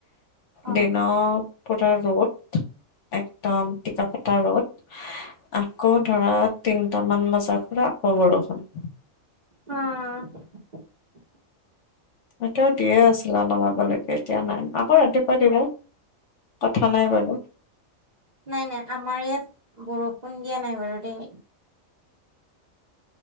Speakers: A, on the right; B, on the left.
A: অ
B: দিনত পৰা ৰ'দ, একদম টিকাফটা ৰ'দ। আকৌ ধৰা তিনটামান বজাৰ পৰা আকৌ বৰষুণ।
A: অহ'।
B: এতিয়াও দিয়ে আছিলে অলপ আগলৈকে, এতিয়া নাই আকৌ ৰাতিপুৱা দিব। কথা নাই বাৰু।
A: নাই, নাই। আমাৰ ইয়াত বৰষুণ দিয়া নাই বাৰু দেই।